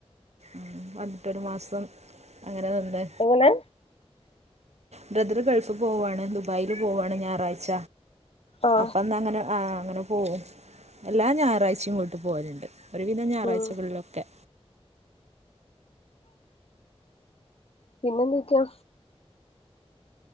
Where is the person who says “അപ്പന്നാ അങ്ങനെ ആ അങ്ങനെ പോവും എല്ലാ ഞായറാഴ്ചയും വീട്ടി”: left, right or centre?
Right